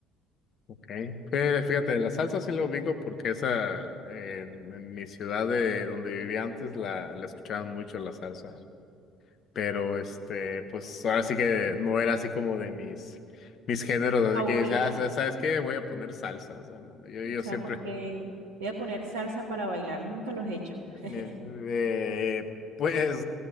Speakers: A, on the left (about 50°); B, on the right (about 70°).
A: ok. Fí- Fíjate, la salsa sí la ubico porque esa eh, en, en mi ciudad de donde vivía antes la, la escuchaban mucho la salsa. Pero este, pues ahora sí que no era así como de mis, mis géneros.
B: Tus
A: Así
B: favoritas,
A: que, o sea, ¿sabes qué? Voy a poner salsa. O sea, no, yo, yo
B: o sea,
A: siempre.
B: como que voy a poner salsa para bailar, nunca los he hecho.
A: Bien,
B: <laughs>
A: eh, pues